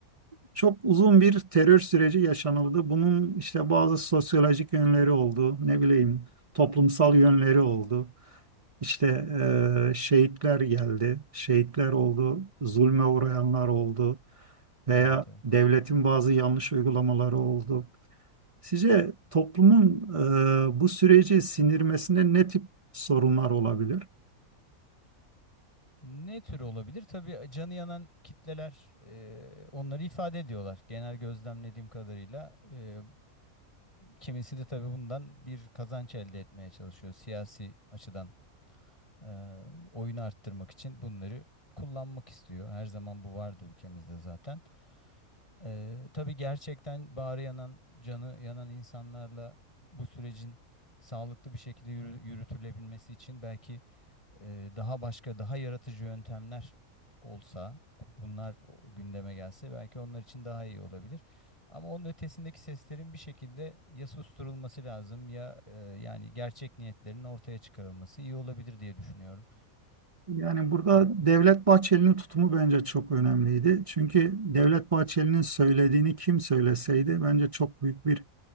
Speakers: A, on the right; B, on the left.
A: çok uzun bir terör süreci yaşanıldı. Bunun işte bazı sosyolojik yönleri oldu, ne bileyim toplumsal yönleri oldu. İşte eee, şehitler geldi, şehitler oldu, zulme uğrayanlar oldu veya
B: Evet evet.
A: devletin bazı yanlış uygulamaları oldu. Sizce toplumun eee, bu süreci sindirmesinde ne tip sorunlar olabilir?
B: Ne tür olabilir? Tabii canı yanan kitleler e, onları ifade ediyorlar. Genel gözlemlediğim kadarıyla e, Kimisi de tabii bundan bir kazanç elde etmeye çalışıyor. Siyasi açıdan e, oyunu arttırmak için bunları kullanmak istiyor. Her zaman bu vardı ülkemizde zaten. E, tabii gerçekten bağrı yanan, canı yanan insanlarla bu sürecin sağlıklı bir şekilde yürü- yürütülebilmesi için belki e, daha başka daha yaratıcı yöntemler olsa bunlar gündeme gelse belki onlar için daha iyi olabilir. Ama onun ötesindeki seslerin bir şekilde ya susturulması lazım ya e, yani gerçek niyetlerinin ortaya çıkarılması iyi olabilir diye düşünüyorum.
A: Yani burada
B: E,
A: Devlet Bahçeli'nin tutumu bence çok önemliydi. Çünkü Devlet Bahçeli'nin söylediğini kim söyleseydi bence çok büyük bir